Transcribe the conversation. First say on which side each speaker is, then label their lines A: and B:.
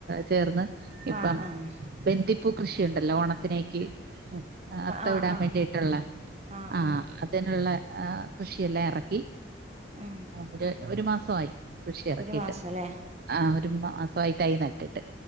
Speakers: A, on the right; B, on the right.
A: ചേർന്ന് ഇപ്പം
B: ആഹ് ആഹ്
A: ബന്തിപ്പൂ കൃഷിയുണ്ടല്ലോ ഓണത്തിനേക്ക് അത്ത
B: ആഹ്
A: ഇടാൻ
B: ആഹ്
A: വേണ്ടിയിട്ടുള്ള
B: ആഹ്
A: ആഹ
B: ആഹ്
A: അതിനുള്ള കൃഷിയെല്ലാം ഇറക്കി
B: ഉം
A: ഒരു ഒരു മാസമായി കൃഷി ഇറക്കിയിട്ട്
B: ഒരു മാസല്ലേ
A: ആ ഒരു മാസമായി തൈ നട്ടിട്ട്